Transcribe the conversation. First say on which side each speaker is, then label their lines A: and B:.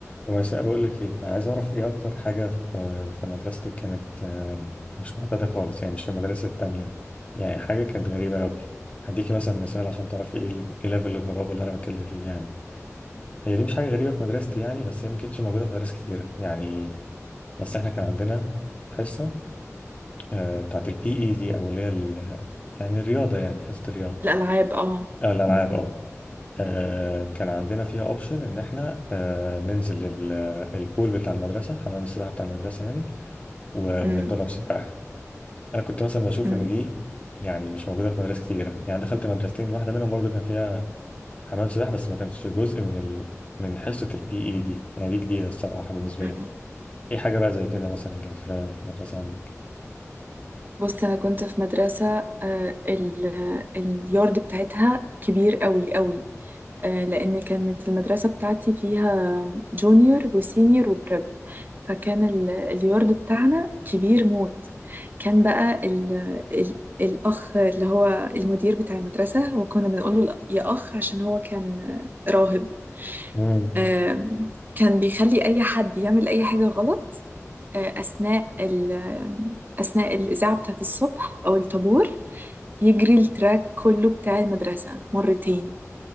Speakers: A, on the left; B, on the right.
A: ويساء بقول لك ايه انا عايز اعرف ايه اكتر حاجه في في مدرستك كانت آه، مش معتاده خالص يعني مش في المدارس التانية يعني حاجه كانت غريبه قوي هديكي مثلا مثال عشان تعرفي ايه ال- ايه ليفل الغرابه اللي انا بتكلم فيه يعني هي دي مش حاجه غريبه في مدرستي يعني بس هي ما كانتش موجوده في مدارس كتيره يعني بس احنا كان عندنا حصه آه، بتاعت البي اي دي او اللي هي ال- يعني الرياضه يعني حصه الرياضه
B: الألعاب اه
A: آه، الألعاب
B: مم.
A: اه آه، كان عندنا فيها اوبشن ان احنا آه، ننزل ال- البول بتاع المدرسه حمام السباحه بتاع المدرسه يعني و- ونتدرب
B: مم.
A: سباحه انا كنت مثلا بشوف
B: مم.
A: ان دي يعني مش موجوده في مدارس كتيره يعني دخلت مدرستين واحده منهم برضو كان فيها حمام سباحه بس ما كانش جزء من ال... من حصه البي اي دي يعني دي جديده الصراحه بالنسبه
B: مم.
A: لي ايه حاجه بقى زي كده مثلا كانت في في المدرسه عندك
B: بص أنا كنت في مدرسة آه، ال- اليارد بتاعتها كبير قوي قوي آه، لأن كانت المدرسة بتاعتي فيها جونيور وسينيور وبريب فكان ال- اليارد بتاعنا كبير موت كان بقى ال ال الأخ اللي هو المدير بتاع المدرسة وكنا بنقول له يا أخ عشان هو كان راهب
A: امم
B: آم، كان بيخلي أي حد يعمل أي حاجة غلط آه، أثناء ال أثناء الإذاعة بتاعت الصبح أو الطابور يجري التراك كله بتاع المدرسة مرتين